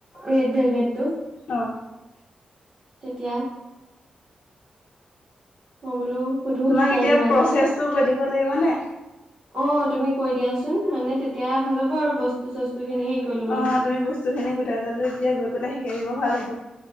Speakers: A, on the right; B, on the left.
A: ৰেড ভেলভেটটো
B: অ'!
A: তেতিয়া মই বোলো, সুধো
B: তোমাক
A: শিকাই
B: এতিয়া
A: দিবা
B: প্ৰচেছটো
A: নাই।
B: কৈ দিব লাগিব নে
A: অ'! তুমি কৈ দিয়াচোন? মানে, তেতিয়া ভাল হ'ব আৰু বস্তু চস্তু খিনি হেৰি কৰি ল'বলে
B: অহ, তুমি বস্তু খিনি গোটাই ললে তেতিয়া গৈ পেলাই শিকাই দিব ভাল হ'ব।